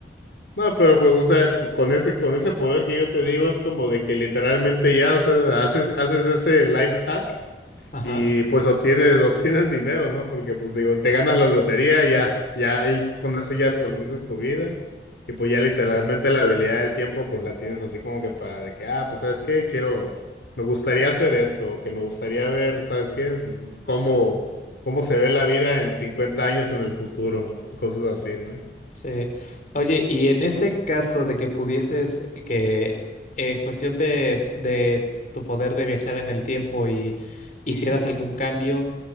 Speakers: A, on the left; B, on the left.
A: No, pero pues, o sea, co- con ese, con ese poder que yo te digo, es como de que literalmente ya, o sea, haces, haces ese life hack.
B: Ajá.
A: y pues obtienes, obtienes dinero, ¿no? Porque pues digo, te ganas la lotería, ya, ya ahí con eso ya resolviste tu vida. Y pues ya literalmente la habilidad del tiempo pues la tienes así como que para de que, ah, pues sabes qué, quiero, me gustaría hacer esto, o que me gustaría ver, ¿sabes qué? Cómo, cómo se ve la vida en 50 años en el futuro, y cosas así, no
B: Sí. Oye, y en ese caso de que pudieses, eh, que en cuestión de, de tu poder de viajar en el tiempo y hicieras
A: Ujú,
B: algún cambio,